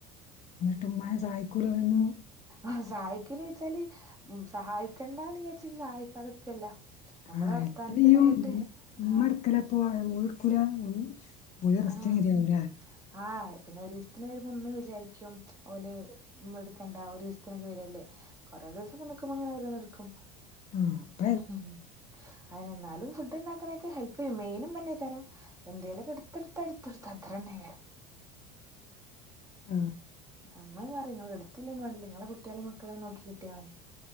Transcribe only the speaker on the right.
ആഹ് സഹായിക്കല് വെച്ചാല് സഹായിക്കണ്ടാന്ന് വിചാരിച്ചിട്ട് സഹായിക്കാതെ നിക്കല്ല നമ്മള്
വർത്താനത്തിലായിട്ട്
ആഹ്
ആഹ്
ആഹ് പിന്നെ ഒരു ദിവസത്തിന് വരുമ്പം ഇമ്മിം വിചാരിക്ക്യും ഓല് ഇമ്മ എട്ക്കണ്ട ഒരു ദിവസത്തിനൊക്കെ വരല്ലേ കോറേ ദിവസൊക്കെ നിൽക്കുമ്പോ ഇങ്ങനെ ഓരോന്ന് എട്ക്കും
ഉം അതന്നെ ഇന്നാലും ഫുഡ് ഉണ്ടാക്കാനൊക്കെ ഹെൽപ്പ് ചെയ്യും മെയിന് ഇമ്മ തന്നേ ആയിക്കാരം എന്തേലു ഒക്കെ എടുത്ത് കൊടുത്താൽ ഇടുത്തോടത്ത് അത്ര തന്നെയ്ക്കാരം
അമ്മ ഇങ്ങനെ പറയും ഇങ്ങള് ഇ ഇട്ത്തില്ലേങ്കിലും വേണ്ടില്ല ഇങ്ങളെ കുട്ട്യാളീം മക്കളീം നോക്കി കിട്ടിയാ മതി